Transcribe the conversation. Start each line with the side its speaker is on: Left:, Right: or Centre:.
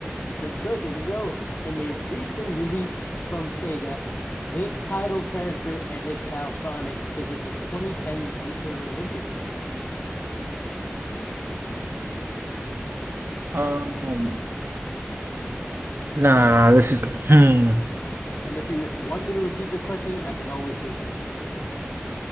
Left: Good choice. Here we go. In a recent release from Sega, this title character and his pal Sonic visit the 2010 Winter Olympics.
Right: Um, nah, this is hmm.
Left: And if you want me to repeat the question, I can always do so.